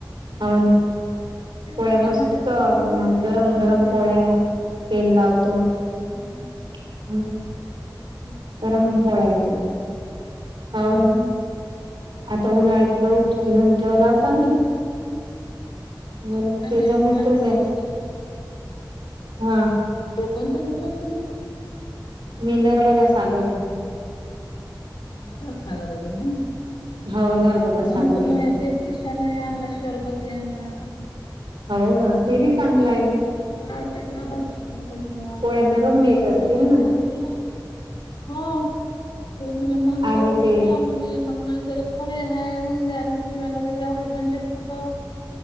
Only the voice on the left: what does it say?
ते
म्हणे टमाट्याचं
वरण लागले
कसं
केलं?
हम्म. हे कशाचं
आवडतं तुला?
हम्म.
नाही
मी आज
मार्केटमध्ये
डो कोणता घेतला तुने.
नार सगर दे ना
म्हण त
म या तेऽ तिशा नई आणला, शरबती आणला.
बाळ जा, सगय बजमा
स्वप्ना
ताईला
सांगा. हा ते म मगाऊ
खपला मने म म ज खडे हाय. उन द्यायला लागते मला एवढं झंझट कुठं?